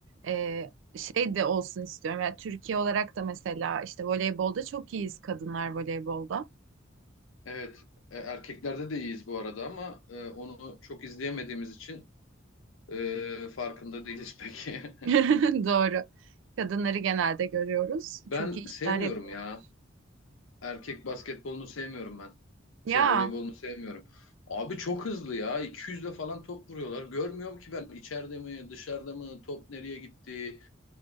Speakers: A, on the right; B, on the left.
A: Ee, şey de olsun istiyorum. Yani Türkiye olarak da mesela işte voleybolda çok iyiyiz kadınlar voleybolda.
B: Evet e, erkeklerde de iyiyiz bu arada ama e, onu çok izleyemediğimiz için e, farkında değiliz peki.
A: <laughs>
B: <laughs>
A: Doğru. Kadınları genelde görüyoruz.
B: Ben
A: Çok iyi işler
B: sevmiyorum
A: yapıyorlar.
B: ya. Erkek basketbolunu sevmiyorum ben.
A: Ya
B: Şey voleybolunu sevmiyorum. Abi çok hızlı ya. 200'le falan top vuruyorlar. Görmüyorum ki ben içeride mi, dışarıda mı, top nereye gitti.